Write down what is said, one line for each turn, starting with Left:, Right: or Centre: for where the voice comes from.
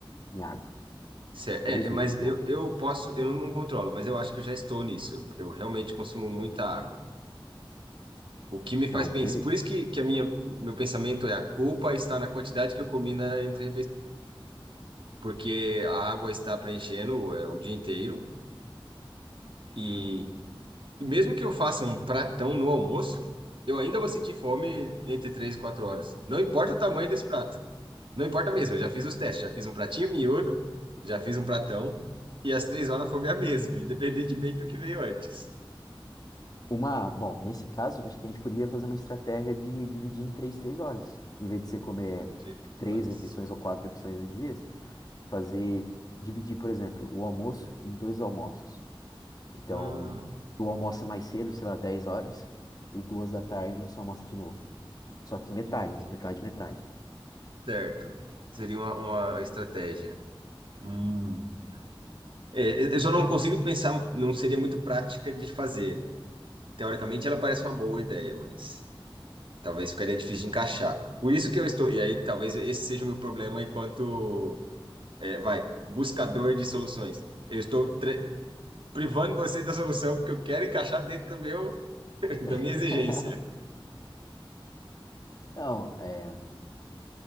Left: em água.
Right: Cê-
Left: três
Right: É, é,
Left: litros
Right: mas
Left: de
Right: eu,
Left: água.
Right: eu posso, eu não controlo, mas eu acho que eu já estou nisso. Eu, eu realmente consumo muita água. O que me
Left: Então,
Right: faz pensar.
Left: beleza.
Right: Por isso que, que a minha, meu pensamento é a culpa está na quantidade que eu comi na entre porque a água está preenchendo é, o dia inteiro e, e mesmo que eu faça um pratão no almoço, eu ainda vou sentir fome entre 3 e 4 horas. Não importa o tamanho desse prato. Não importa mesmo, eu já fiz os testes, já fiz um pratinho miúdo, já fiz um pratão e às 3 horas a fome é a mesma, <laughs> independentemente do que veio antes.
Left: Uma, bom, nesse caso, acho que a gente poderia fazer uma estratégia de dividir em três, três horas. Em vez de você comer
Right: 3
Left: três
Right: horas.
Left: refeições ou quatro refeições no dia, fazer, dividir, por exemplo, o almoço em dois almoços. Então,
Right: Hum,
Left: tu almoça mais cedo, sei lá, 10 horas, e duas da tarde você almoça de novo. Só que metade,
Right: entendi.
Left: né? Metade, metade.
Right: Certo. Seria uma, uma estratégia. Hum. É, eu eu só não consigo pensar, não seria muito prática de fazer. Teoricamente, ela parece uma boa ideia, mas talvez ficaria difícil de encaixar. Por isso que eu estou. E aí, talvez esse seja o meu problema enquanto, é, vai, buscador de soluções. Eu estou tre- privando você da solução porque eu quero encaixar dentro do meu, <laughs> da minha
Left: <laughs>
Right: exigência.
Left: Não, é,